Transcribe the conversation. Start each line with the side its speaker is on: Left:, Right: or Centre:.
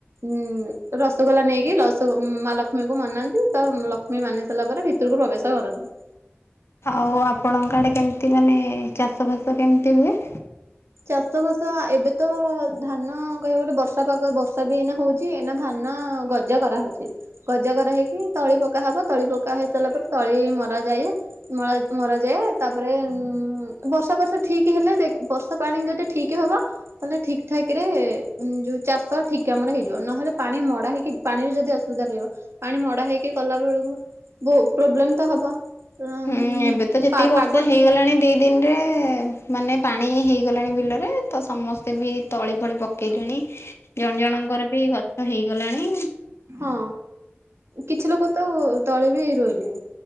Right: ଉଁ ରସଗୋଲା ନେଇକି ରସ ମା ଲକ୍ଷ୍ମୀଙ୍କୁ ମନାନ୍ତି ତ ଲକ୍ଷ୍ମୀ ମାନି ସାରିଲା ପରେ ଭିତ ଭିତରକୁ ପ୍ରବେଶ କରନ୍ତି।
Left: ଆଉ ଆପଣଙ୍କ ଆଡ଼େ କେମତି ମାନେ ଚାଷ ଫାସ କେମିତି ହୁଏ?
Right: ଚାଷ ବାସ ଏବେତ ଧାନ କହିବାକୁ ଗଲେ ବର୍ଷା ପାଗ ବର୍ଷାବି ଏଇନା ହଉ ଚି ଏଇନା ଧାନ ଗଜା କରାହଉଚି। ଗଜ କରା ହେଇକି ତଳି ପକା ହବ ତଳି ପକା ହେଇ ସାରିଲା ପରେ ତଳି ମରା ଯାଏ ମଳା ମରା ଯାଏ ତାପରେ ଉଁ ବର୍ଷା ବର୍ଷା ଠିକ୍ ହେଲେ ଦେ ବର୍ଷା ପାଣି ଯଦି ଠିକ୍ ହବ ତାହେଲେ ଠିକ୍ ଠାକରେ ଯୋଉ ଚାଷ ଠିକ୍ କାମରେ ହେଇଯିବ ନହେଲେ ପାଣି ଭଡ଼ା ହେଇକି ପାଣିରେ ଯଦି ଅସୁବିଧା ରହିବ ପାଣି ଭଡ଼ା ହେଇକି କଲା ବେଳକୁ ବହୁ ପ୍ରୋବ୍ଲେମତ ହବ। ଉଁ
Left: ହୁଁ ଏବେତ ଯେତିକି
Right: ପା
Left: ବର୍ଷା
Right: ପାଗ
Left: ହେଇଗଲାଣି
Right: ଠିକ
Left: ଦି ଦିନରେ ମାନେ ପାଣି ହେଇଗଲାଣି ବିଲରେ ତ ସମସ୍ତେବି ତଳି ଫଳି ପକେଇଲେଣି ଜଣ ଜଣଙ୍କରବି ଗଛ ହେଇଗଲାଣି।
Right: ହଁ, କିଛି ଲୋକତ ତଳେବି ରୋଇଲେଣି।